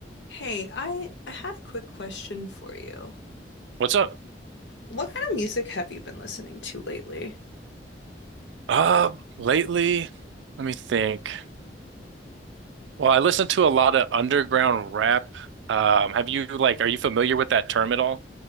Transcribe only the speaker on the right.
What's up?
Uh, lately, let me think. Well, I listen to a lot of underground rap. Um, have you like, are you familiar with that term at all?